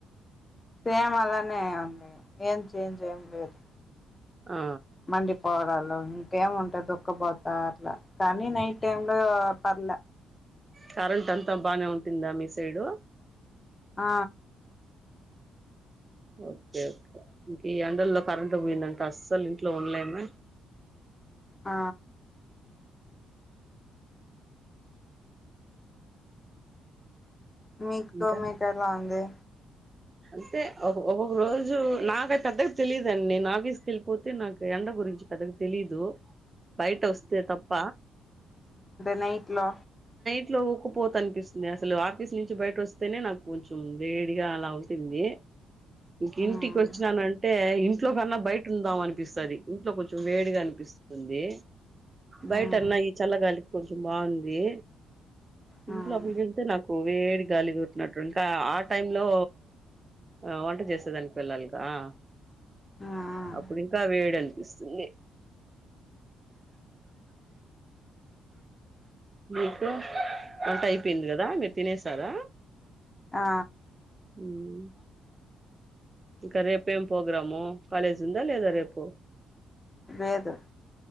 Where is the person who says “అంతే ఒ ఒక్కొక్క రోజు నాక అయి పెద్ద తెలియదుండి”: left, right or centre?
Right